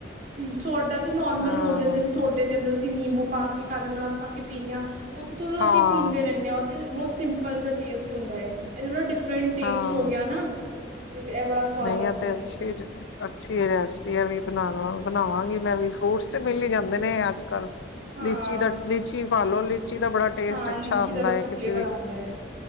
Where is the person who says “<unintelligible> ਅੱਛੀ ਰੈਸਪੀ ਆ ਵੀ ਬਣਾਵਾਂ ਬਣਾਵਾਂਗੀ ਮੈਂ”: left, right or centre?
Left